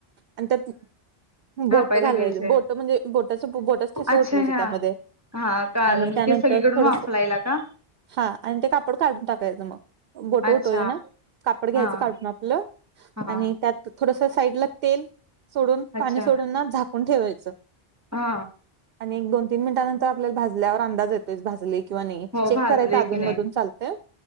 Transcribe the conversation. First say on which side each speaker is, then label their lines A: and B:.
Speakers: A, on the right; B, on the right.
A: आणि त्यात.
B: थापायला
A: बोट घालायचे,
B: घ्यायचंय
A: बोट म्हणजे बोटाच बोटच ठसे
B: अच्छा
A: उठवाचे
B: हा
A: त्यामध्ये.
B: हा कळाल,
A: आणि
B: म्हणजे
A: त्यानंतर
B: ते सगळीकडून
A: थोडस
B: वाफलायला का.
A: हा आणि ते कापड काढून टाकायचं मग. बोट उठवले
B: अच्छा
A: ना कापड घ्यायचं
B: हा
A: काढून आपलं
B: हा
A: आणि त्यात. थोडस साईड ला तेल सोडून
B: अच्छा
A: पाणी सोडून ना झाकून ठेवायचं.
B: हा
A: आणि एक दोन तीन मिनटानंतर आपल्याला भाजल्यावर अंदाज येतोय भाजलय. किंवा नाही
B: हो
A: चेक
B: भाजले
A: करायच अधूनमधून
B: की नाही
A: चालतेय